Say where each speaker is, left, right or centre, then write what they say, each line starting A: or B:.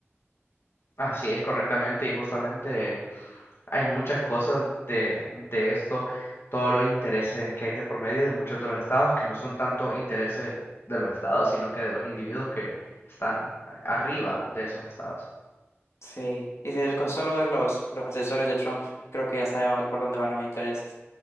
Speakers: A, on the left (about 60°); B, on the left (about 80°).
A: Así es correctamente y justamente hay muchas cosas de, de esto, todos los intereses que hay de por medio de muchos de los estados, que no son tanto intereses de los estados, sino que de los individuos que están a- arriba de esos estados.
B: Sí, y de- con solo ver los, los asesores de Trump, creo que ya sabemos por dónde van los intereses.